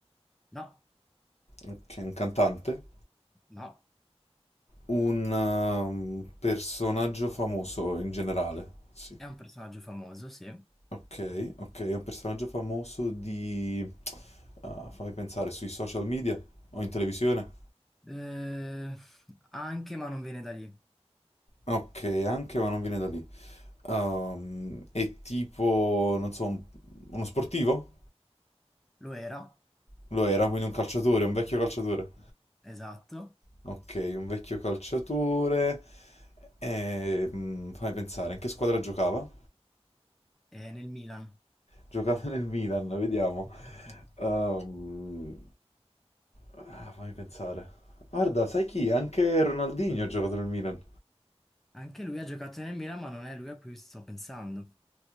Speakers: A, in the centre; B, on the left.
A: No,
B: Ok, un cantante?
A: no.
B: Un um, personaggio famoso in generale? Sì.
A: È un personaggio famoso, sì.
B: Ok, ok, è un personaggio famoso di... ah, fammi pensare, sui social media o in televisione?
A: Eh, anche, ma non viene da lì.
B: Ok, anche ma non viene da lì. Ehm, è tipo, non so, un- uno sportivo?
A: Lo era,
B: Lo era, quindi un calciatore, un vecchio calciatore.
A: esatto,
B: Ok, un vecchio calciatore. Ehm, fammi pensare, in che squadra giocava?
A: è nel Milan.
B: Giocava nel Milan, vediamo.
A: <laughs>
B: Ehm, ah, fammi pensare. Guarda, sai chi? Anche Ronaldinho ha giocato nel Milan.
A: Anche lui ha giocato nel Milan, ma non è lui a cui sto pensando.